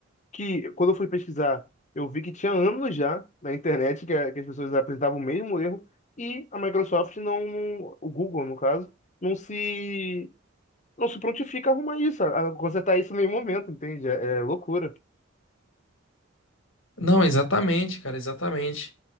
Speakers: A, on the left (about 35°); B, on the left (about 65°).
A: que, quando eu fui pesquisar, eu vi que tinha anos já na internet que, a- que as pessoas apresentavam o mesmo erro e a Microsoft não, o Google, no caso, não se, não se prontifica a arrumar isso, a a consertar isso em nenhum momento, entende? é é loucura.
B: Não, exatamente, cara, exatamente.